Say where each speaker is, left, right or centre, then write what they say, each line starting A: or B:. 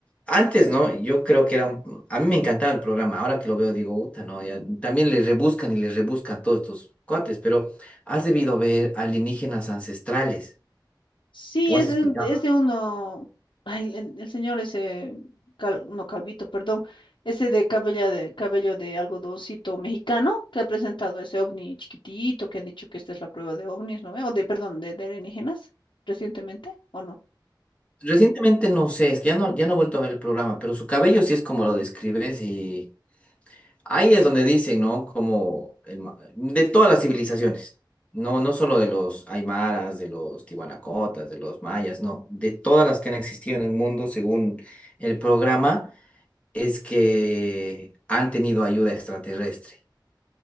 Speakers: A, on the left; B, on the left.
A: antes, ¿no? Yo creo que era un... A mí me encantaba el programa. Ahora que lo veo, digo, puta, no, ya... También le rebuscan y le rebuscan todos estos cuates, pero has debido ver alienígenas ancestrales.
B: Sí,
A: ¿O
B: es
A: has
B: de,
A: escuchado?
B: un- es de uno, ay, el, el señor ese, cal- no Calvito, perdón, ese de cabello de, cabello de algodoncito mexicano que ha presentado ese ovni chiquitito que ha dicho que esta es la prueba de ovnis, ¿no? ve? O de, perdón, de, de alienígenas recientemente, ¿o no?
A: Recientemente no sé, es que ya no, ya no he vuelto a ver el programa, pero su cabello sí es como lo describes y ahí es donde dicen, ¿no? Como el ma- de todas las civilizaciones, no, no solo de los aymaras, de los tiwanacotas, de los mayas, no, de todas las que han existido en el mundo según el programa es que han tenido ayuda extraterrestre.